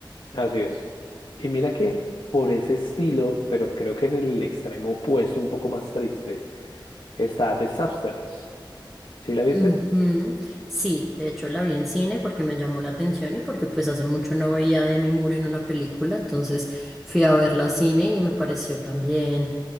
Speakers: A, on the left; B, in the centre.
A: Así es. Y mira que por ese estilo, pero creo que en el extremo opuesto, un poco más triste, está The Substance. ¿Sí la viste?
B: Ujú. Sí, de hecho la vi en cine porque me llamó la atención y porque pues hace mucho no veía a Demi Moore en una película, entonces fui a verla a cine y me pareció también